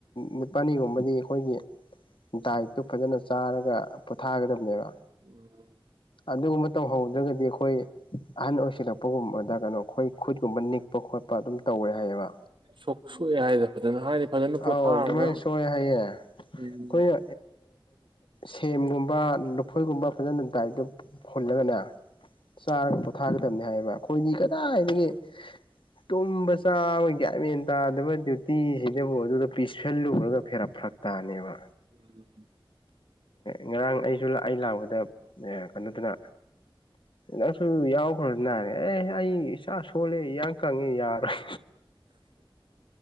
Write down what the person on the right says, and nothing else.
inaudible
ꯁꯣꯛ ꯁꯣꯛꯑꯦ ꯍꯥꯏꯗꯅ ꯐꯖꯅ ꯍꯥꯏꯗꯤ ꯐꯖꯅ ꯄꯣꯊꯥꯔꯒ
ꯎꯝ
inaudible